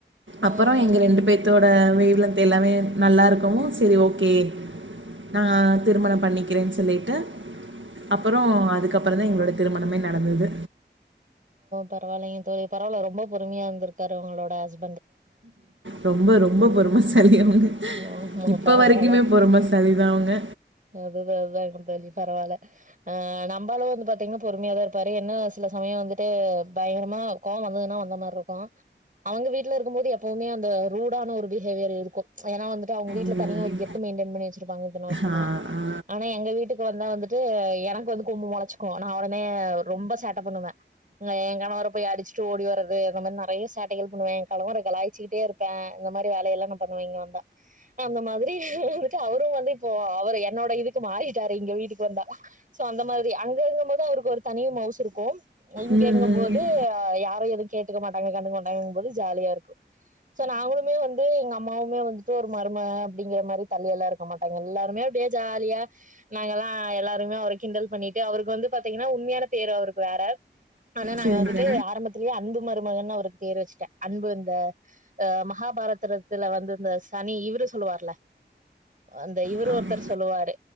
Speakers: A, on the right; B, on the right.
A: ம் ம்
B: அப்பறோ எங்க ரெண்டு பேத் தோட வேவ் லென்த் எல்லாமே நல்லாருக்கவும் சரி ஓகே நா திருமணம் பண்ணிக்கிறேன் சொல்லிட்டு அப்பறோ அதுக்கப்ற தான் எங்களோட திருமணமே நடந்தது
A: பரவால்லைங்க தோழி பரவால்ல ரொம்ப பொறுமையா இருந்திருக்காரு உங்களோட ஹஸ்
B: ரொம்ப ரொம்ப பொறுமசாலி அவுங்க
A: ஆமா
B: இப்ப
A: பரவால்ல
B: வரைக்குமே பொறுமைசாலிதா அவுங்க
A: அதுதா அதாங்க தோழி பரவால்ல ஆ நம்பாளு வந்து பாத்தீங்கன்னா பொறுமையாதா இருப்பாரு என்ன சில சமயம் வந்து <unintelligible> பயங்கர கோவ வந்ததுன்னா வந்த மாரி இருக்கு அவங்க வீட்டுல இருக்கும்போது எப்பவுமே அந்த ரூடான ஒரு பிஹேவியர் இருக்கு ஏனா வந்துட்டு அவங்க வீட்டுல
B: ம்
A: தனிய ஒரு கெத்து மைண்டன் பண்ணி வெச் இருப்பாங்க இத்தன வருஷமா
B: ஆ ஆ
A: ஆனா எங்க வீட் வீட்டுக்கு வந்த வந்துட்டு எனக்கு வந்து கொம்பு முளைச்சுக்கு நா அவன நா ரொம்ப சேட்ட பண்ணுவா ஏ கணவர போய் அடிச்சுட்டு ஓடி வர்றது அந்த மாரி நெறைய சேட்டைகள் பண்ணுவே ஏ கணவனே கலாய்சச்சுட்டே இருப்பே இந்த மாரி வேலையெல்லா நா பண்ணுவே இங்க வந்தா அந்த மாதிரி இரு அவரும் வந்து இப்போ அவரு என்னோட இதுக்கு மாறிட்டாரு இங்க வீட்டுக்கு வந்தா சோ அந்த மாரி அங்க அங்கும் போது அவருக்கு ஒரு தனிய மவுசு இருக்கு எங்கெங்கும்
B: ம்
A: போது
B: ம்
A: யாரு எதுவு கேட்டுக்க மாட்டாங்க கண்டு மாட்டாங்கும் போது ஜாலியா இருக்கு சோ நாங்களுமே வந்து எங்கம் அம்மவுமே வந்துட்டு ஒரு மரும அப்படிங்கிற மாரி தள்ளி எல்லா இருக்க மாட்டாங்க எல்லாருமே அப்படியே ஜாலியா நாங்க எல்லா எல்லாருமே அவரு கிண்டல் பண்ணிட்டு அவருக்கு வந்து பாத்தீங்கன்னா உண்மையான பேரு அவருக்கு வேற ஆனா நாங்க
B: சரிங்க
A: வந்துட்டு ஆரம்பத்துலேயே அன்பு மாரி மகன் அவருக்கு பேர் வச்சுட்டே அன்பு இந்த அ மகாபாரதத்துல வந்து இந்த சனி இவரு சொல்லுவார்ல அந்த இவர்
B: தோழி
A: ஒருத்தர் சொல்லுவாரு